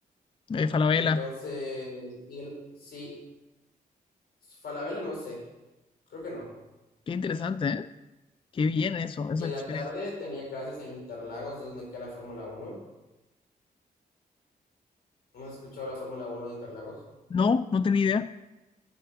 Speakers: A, on the left (about 35°); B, on the left (about 85°).
A: Eh, Falabella.
B: Entonces, y el- sí, Falabella no sé, creo que no.
A: Qué interesante, ¿eh? Qué bien eso,
B: Y
A: esa
B: en
A: experiencia.
B: la tarde tenía clases en Interlagos, de donde queda la Fórmula Uno ¿No has escuchado la Fórmula uno de Interlagos?
A: No, no tenía idea.